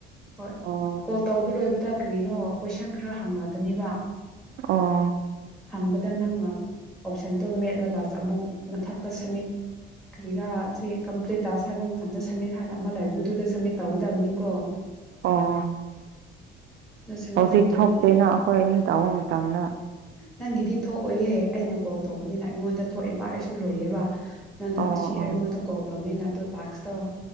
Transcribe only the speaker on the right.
ꯑꯣ
ꯑꯣ
ꯑꯣ
ꯍꯧꯖꯤꯛ
ꯊꯣꯛꯇꯦꯅ ꯑꯩꯈꯣꯏ ꯑꯅꯤ ꯇꯥꯕ ꯃꯇꯝꯗ
ꯑꯣ
ꯑꯣ